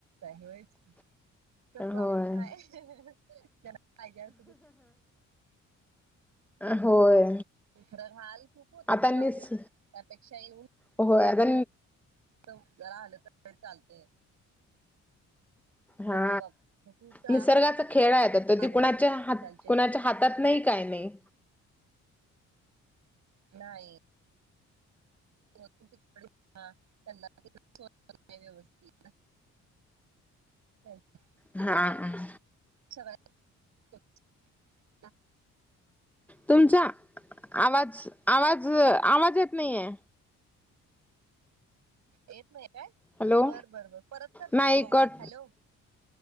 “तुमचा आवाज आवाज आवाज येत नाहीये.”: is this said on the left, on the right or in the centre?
Centre